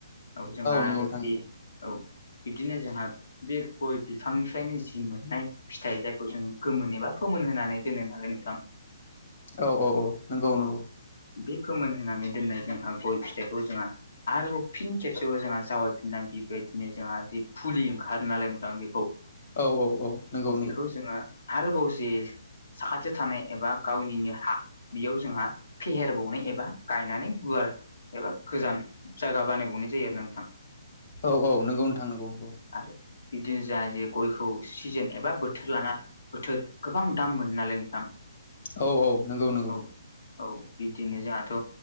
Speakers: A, on the left; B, on the left.
A: औ जोंहा
B: नंगौ
A: आरो
B: नोंथां
A: बि
B: नंगौ
A: औ बिब्दिनो जोंहा बे गय बिफांनिफ्रायनो जि मोननाय फिथाइ जायखौ जों गोमोन एबा फोमोन होनानै दोनो नालाय नोंथां।
B: औ औ औ नंगौ
A: औ
B: नंगौ
A: बे फोमोन होनानै दोननाय जोंहा गय फिथाइखौ जोंहा आरोबाव फिन खेबसेबो जोंहा जावायफिननानै बेबायदिनो जोंहा जि फुलियो ओंखारो नालाय नोंथां बेखौ
B: औ औ औ नंगौ नंगौ
A: बेखौ जोङो आरोबाव जे साखाथियाव थानाय एबा गावनिनो हा बेयाव जोंहा फेहेरबावनाय एबा गायनानै गुवार एबा गोजान जायगा बानायबावनाय जायो आरो नोंथां।
B: औ औ नोंगौ नोंथां नंगौ नंगौ
A: आरो बिदिनो जोहा जे गयखौ सिजोन एबा बोथोर लाना बोथोर गोबां दाम मोनो नालाय नोंथां
B: औ औ नंगौ नंगौ
A: औ औ बि बिदिनो जोंहाथ'